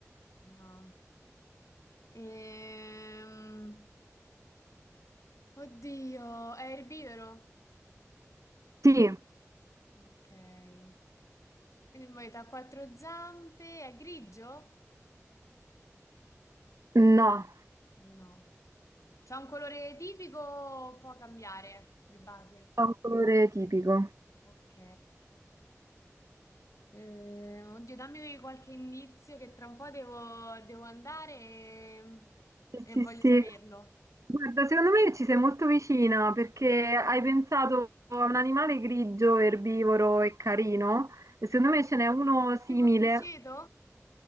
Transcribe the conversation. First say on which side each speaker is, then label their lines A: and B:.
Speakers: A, on the left; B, on the right.
A: No. Ehm, Oddio, è erbivoro?
B: Sì,
A: Ok. Quindi muoio ha quattro zampe, è grigio?
B: no,
A: No. C'ha un colore tipico o può cambiare di base?
B: ha un colore tipico.
A: Ok. Eh, oddio, dammi qualche indizio che tra un po' devo, devo andare e,
B: Sì,
A: e
B: sì,
A: voglio
B: sì.
A: saperlo.
B: Guarda, secondo me ci sei molto vicina perché hai pensato a un animale grigio, erbivoro e carino e secondo me ce n'è uno simile.
A: Tipo criceto?